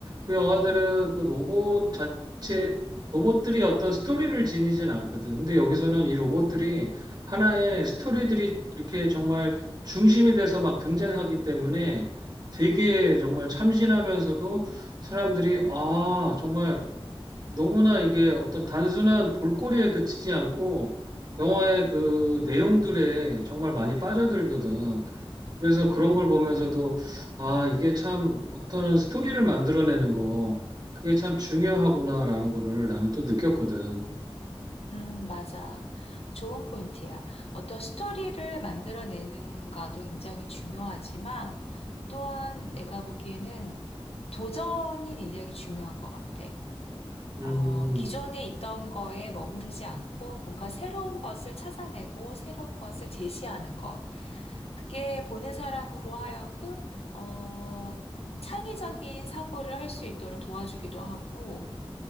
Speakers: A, on the right; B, on the left.
A: 그 영화들은 그 로봇 자체, 로봇들이 어떤 스토리를 지니진 않거든. 근데 여기서는 이 로봇들이 하나의 스토리들이 이렇게 정말 중심이 돼서 막 등장하기 때문에 되게 정말 참신하면서도 사람들이 아, 정말 너무나 이게 어떤 단순한 볼거리에 그치지 않고 영화의 그 내용들에 정말 많이 빠져들거든. 그래서 그런 걸 보면서도 아, 이게 참 어떤 스토리를 만들어내는 거 그게 참 중요하구나라는 거를 나는 또 느꼈거든.
B: 음, 맞아. 좋은 포인트야. 어떤 스토리를 만들어내는가도 굉장히 중요하지만 또한
A: 음,
B: 내가 보기에는 도전이 굉장히 중요한 것 같아.
A: 음,
B: 어, 기존에 있던 거에 머무르지 않고 뭔가 새로운 것을 찾아내고 새로운 것을 제시하는 것. 그게 보는 사람으로 하여금, 어, 창의적인 사고를 할 수 있도록 도와주기도 하고,